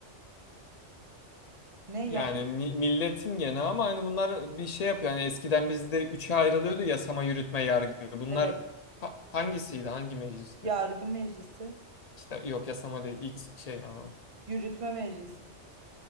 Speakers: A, on the right; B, on the left.
A: Ne
B: Yani
A: ya?
B: mi- milletin gene ama hani bunlar bir şey yapıyor. Hani eskiden bizde üçe ayrılıyordu yasama, yürütme, yargı. Bunlar
A: Evet.
B: ha- hangisiydi? Hangi meclisti?
A: Yargı Meclisi.
B: İşte yok yasama değil. İlk şey aha,
A: Yürütme Meclisi.